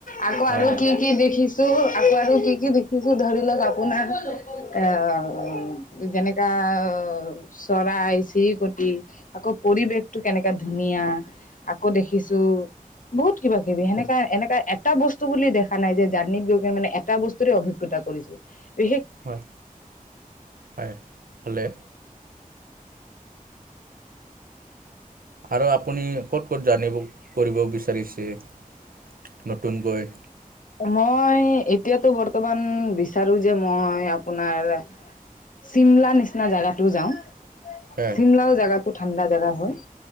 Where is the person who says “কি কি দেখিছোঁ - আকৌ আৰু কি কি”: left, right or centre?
Left